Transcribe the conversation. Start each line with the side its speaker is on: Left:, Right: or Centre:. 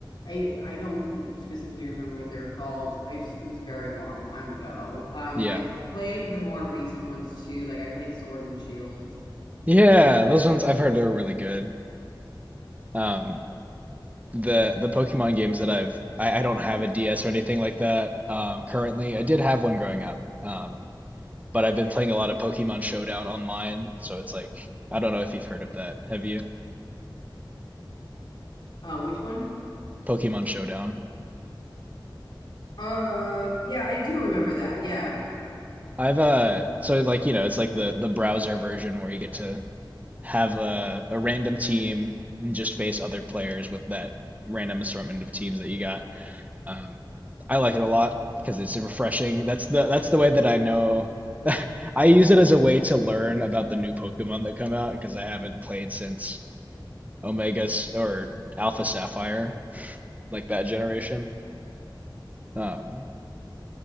Left: I I don't r- specifically remember what they were called. I just it was a very long time ago. Um
Right: Yeah.
Left: I've played the more recent ones too. Like I played Sword and Shield.
Right: Yeah, those ones I've heard are really good. Um, the the Pokemon games that I've I, I don't have a DS or anything like that um, currently. I did have one growing up, um, but I've been playing a lot of Pokemon Showdown online, so it's like I don't know if you've heard of that. Have you?
Left: Uh which one?
Right: Pokemon Showdown.
Left: Um, yeah, I do remember that. Yeah.
Right: I've uh so like you know it's like the the browser version where you get to have a a random team and just face other players with that random assortment of teams that you got. Um, I like it a lot because it's refreshing. That's the that's the way that I know. <laughs> I use it as a way to learn about the new Pokemon that come out because I haven't played since Omega S- or Alpha Sapphire, like that generation. Um,